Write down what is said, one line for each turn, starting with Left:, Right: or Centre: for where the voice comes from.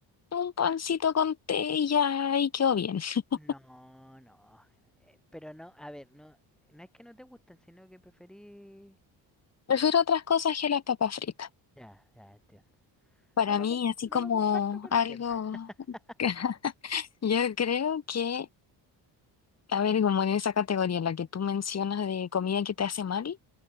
Left: un pancito con té y ya, y quedó bien. <laughs>
Centre: No, no. Eh, pero no, a ver, no, no es que no te gusten, sino que preferí...
Left: Prefiero otras cosas que las papas fritas.
Centre: Ya, ya entiendo.
Left: Para
Centre: No lo,
Left: mí,
Centre: com-
Left: así
Centre: no
Left: como
Centre: lo comparto, pero
Left: algo,
Centre: entiendo. <laughs>
Left: <laughs> yo creo que, a ver, como en esa categoría, la que tú mencionas de comida que te hace mal.